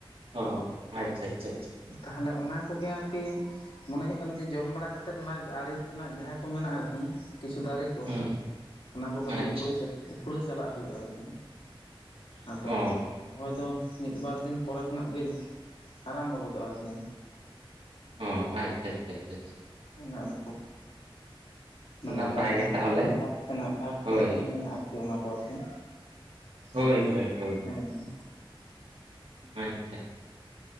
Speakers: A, on the right; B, on the left.
A: ᱚ ᱦᱚ ᱟᱪᱪᱷᱟᱻᱟᱪᱪᱷᱟᱻ ᱟᱪᱪᱷᱟᱻ
B: ᱛᱟᱦᱚᱞᱮ ᱚᱱᱟ ᱠᱚᱜᱮ ᱟᱨᱠᱤ ᱢᱚᱱᱮ ᱦᱩᱭᱩᱜ ᱠᱟᱱᱟ ᱡᱮ ᱡᱚᱢ ᱵᱟᱲᱟ ᱠᱟᱛᱮᱫ ᱚᱱᱟ ᱟᱲᱮ ᱨᱮᱱᱟᱜ ᱡᱟᱦᱟᱸ ᱠᱚ ᱢᱮᱱᱟᱜᱼᱟ ᱟᱨᱠᱤ ᱠᱤᱪᱷᱩ ᱫᱟᱨᱮ <unintelligible>
A: ᱦᱩᱸ
B: ᱚᱱᱟ ᱠᱚ ᱠᱟᱹᱴᱤᱡ
A: ᱟᱪᱪᱷᱟ
B: ᱩᱯᱷᱲᱟ ᱩᱠᱷᱲᱟᱹᱣ ᱪᱟᱞᱟᱜ ᱦᱩᱭᱩᱜᱼᱟ ᱟᱨᱠᱤ ᱟᱫᱚ
A: ᱚ
B: ᱚᱠᱚᱭ ᱫᱚ ᱢᱤᱫ ᱵᱟᱨ ᱫᱤᱱ ᱯᱚᱨᱮ ᱠᱷᱚᱱᱟᱜ ᱜᱮ ᱟᱨᱟᱢᱵᱷᱚ ᱜᱚᱫᱚᱜ-ᱟ ᱟᱨᱠᱤ
A: ᱚᱻ ᱟᱪᱪᱷᱟᱻ ᱟᱪᱷᱟᱻ ᱟᱪᱷᱟᱻ ᱟᱪᱟ
B: ᱚᱱᱟᱫᱚ ᱢᱟᱱᱮ
A: ᱱᱟᱯᱟᱭ
B: ᱚᱱᱟ ᱡᱟᱦᱟᱸ
A: ᱜᱮ ᱛᱟᱦᱚᱞᱮ
B: ᱵᱷᱟᱜᱽ ᱛᱮᱱᱟᱜ ᱵᱷᱟᱜᱽ
A: ᱦᱳᱭ
B: ᱛᱮᱱᱟᱜ ᱢᱮᱱᱟᱜ-ᱟ ᱟᱨᱠᱤ ᱚᱱᱟ ᱠᱚ ᱟᱨᱠᱤ,
A: ᱦᱳᱭ
B: ᱟᱫᱚ ᱱᱤᱭᱟᱹ
A: ᱦᱳᱭ ᱦᱳᱭ
B: ᱦᱮᱸ ᱦᱮᱸ᱾
A: ᱟᱪᱪᱷᱟ